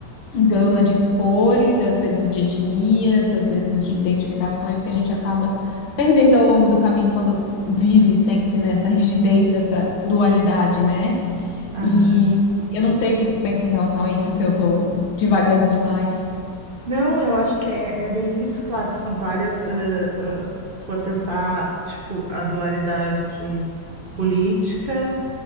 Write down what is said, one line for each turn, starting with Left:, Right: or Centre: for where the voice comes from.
Left: gama de cores, às vezes de etnias, às vezes de identificações que a gente acaba perdendo ao longo do caminho quando vive sempre nessa rigidez dessa dualidade, né?
Right: Aham.
Left: E eu não sei o que que tu pensa em relação a isso, se eu tô divagando demais.
Right: Não, eu acho que é, é bem isso. Claro que são várias, ah, ah, se for pensar, tipo, a dualidade de política,